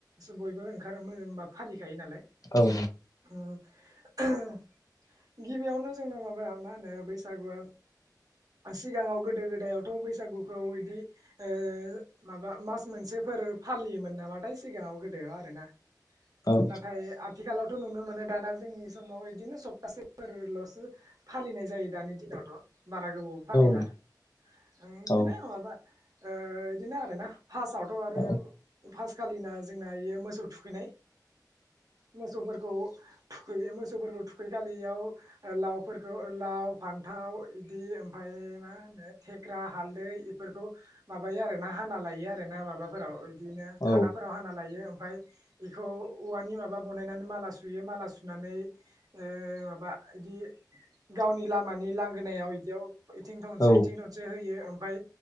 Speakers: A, on the right; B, on the left.
A: जों बयबो ओंखारो मो एबा फालिखायो नालाय।
B: औ।
A: ओ <unintelligible> गिबियावनो जोंना माबाया मा होनो बैसागुआ सिगाङाव गोदो गोदायावथ' बैसागुखौ इदि ओ माबा मास मोनसे फोर फालियोमोन नामाथाय सिगाङाव गोदो आरो ना।
B: औ
A: नाथाय आथिखालाव थ' नुनो मोनो दाना जोंनि समाव इदिनो सप्तासेफोरल'सो फालिनाय जायो दानि दिनावथ'। बारा गोबावबो फालि
B: औ
A: ला। ओ इदिनो
B: औ
A: माबा ओ इदिनो आरो ना। फासावथ' आरो
B: औ
A: फास खालिना जोंना इयो मोसौ थुखैनाय। मोसौफोर
B: <inaudible>
A: थुखैयो। मोसौफोरखौ थुखै खालि इयाव लावफोरखो लाव फान्थाव इदि ओमफाय ओइ मा होनो थेख्रा हालदै इफोरखौ माबायो आरो ना हाना लायो आरो ना माबाफोराव बिदिनो
B: औ
A: खादाफोराव हाना लायो ओम फाय इखौ औवानि माबा बनानै माला सु सुयो माला सुनानै ओ माबा इदि गावनि लामानि लांगोनायाव इदियाव इथिं थनसे
B: औ
A: इथिं थनसे होयो ओम फाय